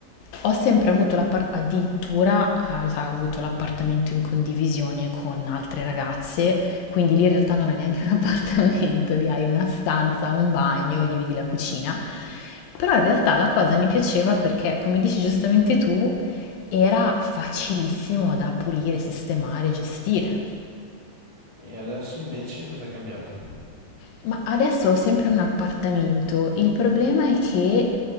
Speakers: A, on the left (about 80°); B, on the left (about 70°).
A: ho sempre avuto l'appar- addirittura, eh, lo sai, ho avuto l'appartamento in condivisione con altre ragazze, quindi lì in realtà non hai neanche un <laughs> appartamento, lì hai una stanza, un bagno, dividi la cucina. Però in realtà la cosa mi piaceva perché, come dici giustamente tu, era facilissimo da pulire, sistemare, gestire.
B: E adesso invece cosa è cambiato?
A: Ma adesso ho sempre un appartamento. Il problema è che,